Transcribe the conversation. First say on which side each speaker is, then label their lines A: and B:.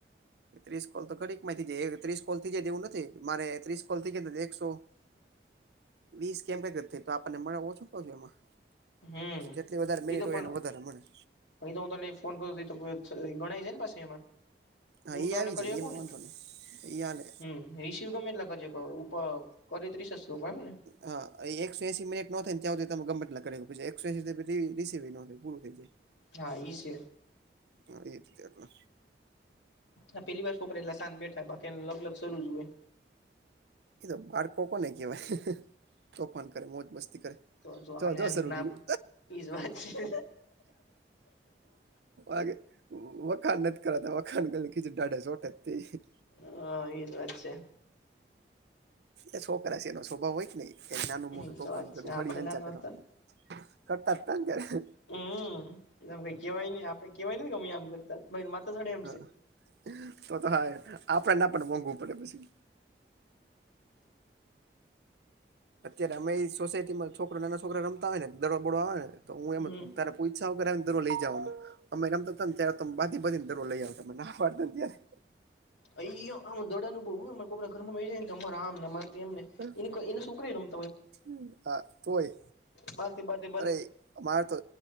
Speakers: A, on the right (about 70°); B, on the left (about 85°).
A: ત્રીસ કોલ તો ઘડીકમાં એ થઈ જાય એક ત્રીસ કોલ થઈ જાય તો એવું નથી મારે ત્રીસ કોલ થઈ ગયા તે તો એકસો
B: હ.
A: વીસ કેમ <inaudible> થઈ તો આપણને મળે ઓછું પગ એમાં.
B: હમ
A: જેટલી વધારે મિનિટ
B: એ તો પણ
A: હોય એનુ વધારે મળે.
B: તો ઈતો હું તને ફોન કરું તો ઈતો ગણાય જાયને પાછું એમાં?
A: હા
B: હું
A: એ
B: તને
A: આવી
B: કરી
A: જાય
B: હકુ
A: એમાં
B: ને
A: વાંધો નહી એ હાલે
B: હમ ઈજ તું ગમે એટલા કર હક ઉપ કરી ત્રીસ શકું એમને?
A: હા એ એકસો એસી મિનિટ નો થાય ને ત્યાં હુધી તમે ગમે એટલા કરી હકો પછી એકસો એસી થાય પછી રીસીવે નો થાય પૂરું થઈ જાય.
B: હા ઈ સે.
A: હા ઈજ તે એટલે.
B: આ પેલીવાર છોકરા એટલા સાંજ બેઠા બાકી આની લબલબ શરૂ જ હોય.
A: એ તો બાળકો કોને કહેવાય તોફાન કરે, મોજ મસ્તી કરે.
B: કહું
A: જો
B: છું
A: જો શરૂ
B: <inaudible> નામ
A: કર્યું
B: ઈજ વાત છે.
A: આગે વખાણ નથી કરાતા વખાન કરેલી ખીચડી દાઢે ચોટે જ તે.
B: હા ઈજ વાત છેે.
A: એ છોકરા છે એનો સ્વભાવ હોય ને એનું નાનું
B: હમ
A: મોટું તોફાન
B: તો વાત
A: કરવું,
B: છે આપડે
A: હળીહંચા
B: નાના
A: કરવાનું.
B: હતા
A: કરતા જ તાને ત્યારે.
B: હમ એટલેમ કઈ કેવાય નહ, આપડે કેવાય નથી ગમ આમ કરતા માતે ચડે એમ
A: હા
B: છે.
A: તો તો હા આપડને પણ મોંઘવું પડે પછી. અત્યારે અમે એ સોસાયટી માં છોકરો નાના છોકરા રમતા હોય ને દડોબડો આવે ને તો હું
B: હમ
A: એમ તારા પૂછ્યા વગર આવીને દરો લઈ જાવાનો અમે રમતા તાને ત્યારે તો અમે ભાગી ભાગીને દરો લઈ આવતા અમે ના પાડતા ને ત્યારે
B: અહીંયા આમ દડાનું બઉ હહ અમારે કોકના ઘરમાં વહી જાય ને તો અમારે આમને અમારે તેમને
A: હહ
B: એની કોઈ એની સોકરી એ રમ
A: હમ હા હોય.
B: બાધે બાધે
A: અરે અમારે તો